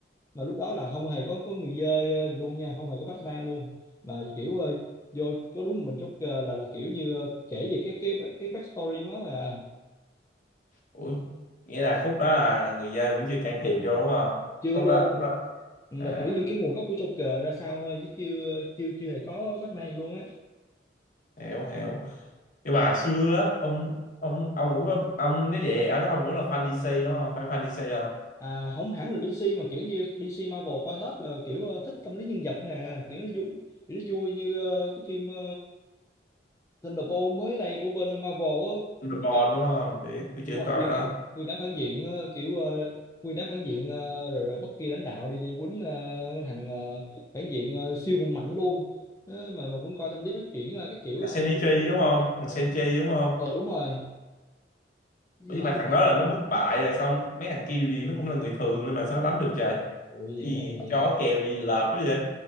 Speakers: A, on the left (about 15°); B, on the left (about 50°).
A: mà lúc đó là không hề có có người dơi ờ, gì luôn nha không hề có Batman luôn mà kiểu ờ, vô có đúng mình Joker là là kiểu như ờ, kể về cái cái cái backstory của nó là
B: ủi nghĩa là khúc đó là người dân vẫn chưa can thiệp vô đúng không
A: chưa
B: khúc
A: luôn
B: đó khúc đó
A: Ừ,
B: à,
A: là kiểu như cái nguồn gốc của Joker ra sao thôi chứ chưa chưa chưa hề có Batman luôn á
B: hiểu hiểu nhưng mà hồi xưa á, ông ông ông cũng có ông nếu vậy ở chắc ông cũng là fan DC đúng không phải fan DC không
A: à không hẳn là DC mà kiểu như DC Marvel coi hết là kiểu ờ, thích tâm lý nhân vật thôi à kiểu nó vui kiểu nó vui như ờ, cái phim ờ, Thunderbolt mới đây của bên Marvel á
B: LeBron
A: nguyên đám
B: đúng không biết tôi
A: đúng
B: chưa
A: rồi
B: coi
A: nguyên
B: đó
A: đám nguyên đám phản diện ờ, kiểu ờ, nguyên đám phản diện ờ, rồi rồi bất kỳ lãnh đạo đi đi quýnh ờ, thằng ờ, phản diện ờ, siêu hùng mạnh luôn Ờ, mà mà cũng coi tâm lý phát triển ờ, cái kiểu
B: thằng
A: xong
B: Shinichi đúng không thằng Senchi đúng không
A: ờ đúng rồi Cái
B: Ủa, nhưng mà
A: gì-
B: thằng đó là nó bất bại rồi xong mấy thằng kia dù gì nó cũng là người thường nhưng mà sao nó đánh được trời
A: Ủa vậy
B: cái gì
A: này
B: chó
A: ờ,
B: kèo gì lợp đó vậy